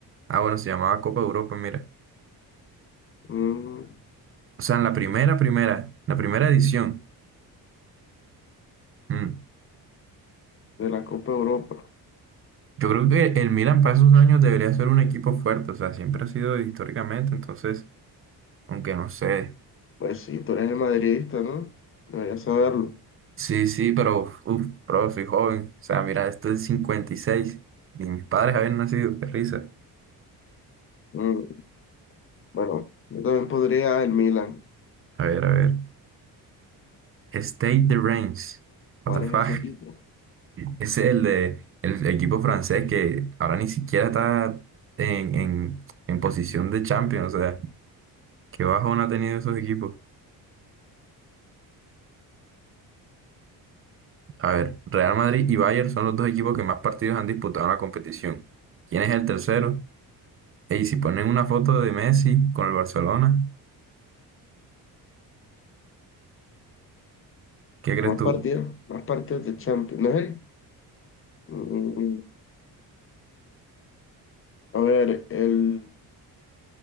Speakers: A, on the right (about 35°); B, on the left (about 35°).
A: Ah, bueno, se llamaba Copa de Europa, mira.
B: mm,
A: O sea, en la primera, primera, la primera edición. Mm.
B: de la Copa Europa.
A: Yo creo que el Milan para esos años debería ser un equipo fuerte, o sea, siempre ha sido históricamente, entonces, aunque no sé.
B: Pues sí, tú eres el madridista, ¿no? Deberías saberlo.
A: Sí, sí, pero, uf, uf, bro, soy joven. O sea, mira, esto es cincuenta y seis Ni mis padres habían nacido, qué risa.
B: Mm, bueno, yo también podría el Milan.
A: A ver, a ver. State the Reigns.
B: ¿Cuál
A: What the fuck?
B: es ese equipo?
A: Es el de el equipo francés que ahora ni siquiera está en, en, en posición de Champions. O sea, qué bajón ha tenido esos equipos. A ver, Real Madrid y Bayern son los dos equipos que más partidos han disputado en la competición. ¿Quién es el tercero? Y si ponen una foto de Messi con el Barcelona, ¿qué crees
B: Más
A: tú?
B: partidos, más partidos de Champions. ¿No es él? Mm, mm, mm. a ver, el,